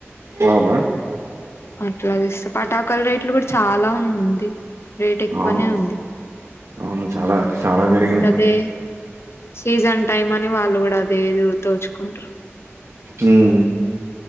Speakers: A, on the right; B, on the left.
A: అవునా
B: అట్లాదిస్ పటాకల రేట్లు కూడా చాలా ఉంది రేట్ ఎక్కువనే
A: అవును
B: ఉంది.
A: అవును చాలా చాలా పెరిగినయ్.
B: అదే సీజన్ టైమ్ అని వాళ్ళు కూడా అదేది దోచుకుంటరు.
A: ఉమ్